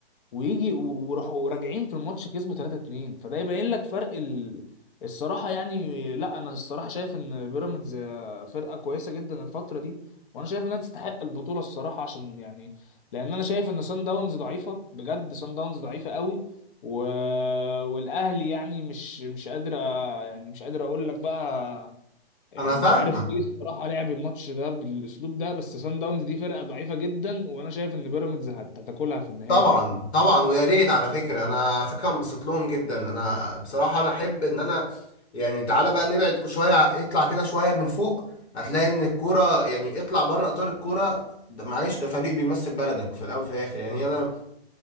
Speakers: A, on the left; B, on the left.
A: ويجي و- وراحوا راجعين في الماتش كسبوا 3-2 فده يبين لك فرق ال... الصراحة يعني لا أنا الصراحة شايف إن بيراميدز آه، فرقة كويسة جدا الفترة دي وأنا شايف إنها تستحق البطولة الصراحة عشان يعني لأن أنا شايف إن سان داونز ضعيفة بجد سان داونز ضعيفة قوي و... والأهلي يعني مش مش قادر أ- يعني مش قادر أقول لك بقى يعني
B: انا فاهمك
A: مش عارف ليه الصراحة لعب الماتش ده بالأسلوب ده بس سان داونز دي فرقة ضعيفة جدا وأنا شايف إن بيراميدز هت- هتاكلها في النهائي
B: طبعا
A: يعني.
B: طبعا ويا ريت على فكره انا على فكره انبسط لهم جدا انا بصراحه انا احب ان انا يعني تعالى بقى نبعد شويه ع- اطلع كده شويه من فوق هتلاقي ان الكوره يعني اطلع بره اطار الكوره ده معلش ده فريق بيمثل بلدك في الاول وفي الاخر يعني انا